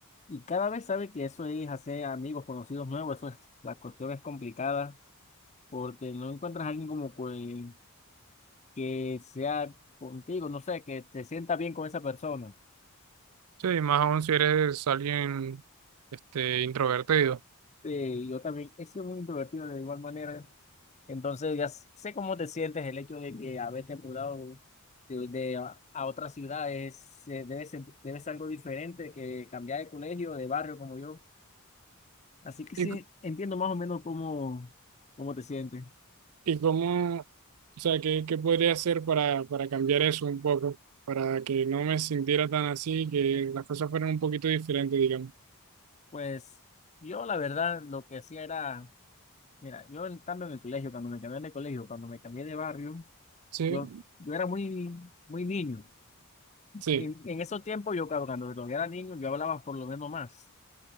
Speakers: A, on the left; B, on the right.
A: Y cada vez sabe que eso es hacer amigos, conocidos nuevos. Eso es, la cuestión es complicada porque no encuentras a alguien como que, que sea contigo, no sé, que te sienta bien con esa persona.
B: Sí, más aún si eres alguien este, introvertido.
A: Sí, yo también he sido muy introvertido de igual manera. Entonces ya s- sé cómo te sientes el hecho de que haberte mudado de, de a, a otra ciudad es, eh, debe ser, debe ser algo diferente que cambiar de colegio, de barrio como yo. Así que sí,
B: ¿Y, c-
A: entiendo más o menos cómo, cómo te sientes.
B: y cómo, o sea, qué, qué podría hacer para, para cambiar eso un poco? Para que no me sintiera tan así, que las cosas fueran un poquito diferentes, digamos.
A: Pues yo la verdad lo que hacía era, mira, yo en cambio en el colegio, cuando me cambié de colegio, cuando me cambié de barrio,
B: Sí,
A: yo, yo era muy, muy niño.
B: sí.
A: Y en esos tiempos, yo, claro, cuando todavía era niño, yo hablaba por lo menos más.